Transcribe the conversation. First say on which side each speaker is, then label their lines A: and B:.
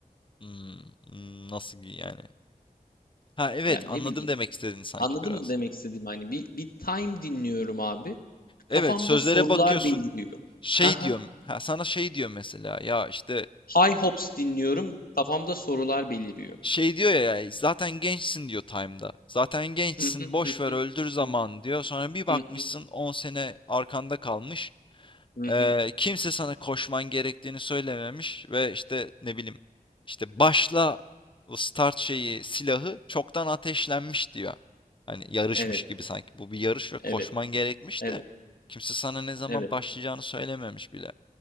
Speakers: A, on the left; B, on the left.
A: Hmm, hmm, nasıl gi- yani? Ha evet
B: Yani
A: anladım
B: ne bileyim
A: demek istediğini sanki
B: Anladın
A: biraz.
B: mı demek istediğim Hani bir, bir time dinliyorum abi. Kafamda
A: Evet sözlere
B: sorular
A: bakıyorsun.
B: beliriyor.
A: Şey
B: Hı hı.
A: diyorum. Ha, sana şey diyor mesela. Ya işte
B: High Hopes dinliyorum. Kafamda sorular beliriyor.
A: şey diyor ya ya, zaten gençsin diyor Time'da. Zaten gençsin
B: Hı hı
A: boş
B: hı
A: ver
B: hı.
A: öldür zaman
B: Hı
A: diyor. Sonra bir bakmışsın
B: hı hı
A: 10 sene arkanda kalmış.
B: hı.
A: Ee,
B: hı.
A: kimse sana koşman gerektiğini söylememiş ve işte ne bileyim işte başla bu start şeyi silahı çoktan ateşlenmiş diyor. Hani yarışmış
B: Evet,
A: gibi sanki bu bir yarış ve koşman
B: evet,
A: gerekmiş
B: evet,
A: de kimse sana ne zaman
B: evet.
A: başlayacağını söylememiş bile.